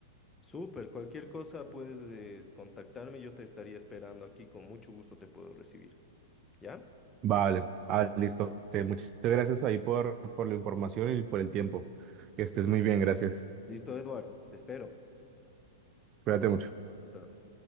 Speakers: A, on the left; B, on the right.
A: Súper, cualquier cosa puedes eh, contactarme, yo te estaría esperando aquí, con mucho gusto te puedo recibir. ¿Ya?
B: Vale, ah, listo. Sí, muchas gracias ahí por, por la información y por el tiempo. Que estés muy bien, gracias.
A: Listo, Edward, te espero.
B: Cuídate mucho.
A: Hasta luego.